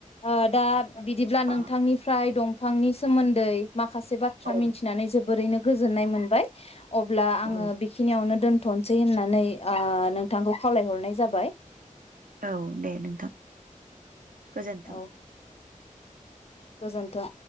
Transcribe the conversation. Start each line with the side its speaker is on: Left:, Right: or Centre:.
Left: ओ दा बिदिब्ला नों
Right: अ
Left: फ्राय दंफांनि सोमोन्दै माखासे बाथ्रा
Right: औ
Left: मिथिनानै जोबोरैनो गोजोननाय मोनबाय अब्ला आङो
Right: औ
Left: बेखिनियावनो दोन दोथनोसै होननानै ओ नोंथांखौ खावलायहरनाय जाबाय
Right: औ दे नोंथां गोजोन्थों।
Left: औ गोजोन्थों।